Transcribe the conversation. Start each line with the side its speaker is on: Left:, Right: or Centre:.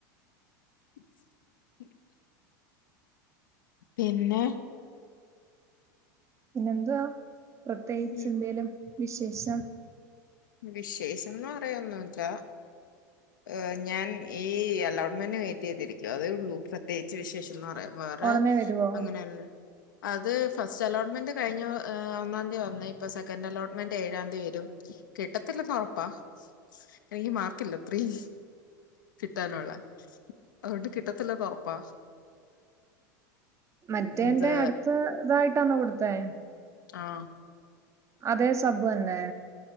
Left: <inaudible> പിന്നെ
Right: പിന്നെന്തുവാ പ്രത്യേകിച്ച്
Left: ഉം
Right: എന്തേലും വിശേഷം?
Left: വിശേഷംന്ന് പറയാ ഒന്നൂല്ല ങ് ഞാൻ ഈ അലോൺ്മെന്റ് വെയിറ്റ് ചെയ്തിരിക്കുക അതേ ഉള്ളൂ പ്രത്യേകിച്ച് വിശേഷംന്ന് പറയാന് വേറെ
Right: ഒടനെ വരുവോ?
Left: അങ്ങനെ അത് ഫസ്റ്റ് അലോട്ട്മെന്റ് കഴിഞ്ഞ് ഒന്നാം ദി വന്ന് ഇപ്പൊ സെക്കൻഡ് അലോട്ട്മെന്റ് ഏഴാം ദി വരും. കിട്ടത്തില്ലെന്ന് ഉറപ്പാ എനിക്ക് മാർക്കില്ല അത്രിയും കിട്ടാനുള്ള അതുകൊണ്ട് കിട്ടത്തില്ലെന്നുറപ്പാ
Right: മറ്റൻ്റെ
Left: എന്ത്
Right: അടുത്ത ഇതായിട്ടാന്നോ കൊടുത്തേ
Left: ആഹ്
Right: അതേ സബ് തന്നെ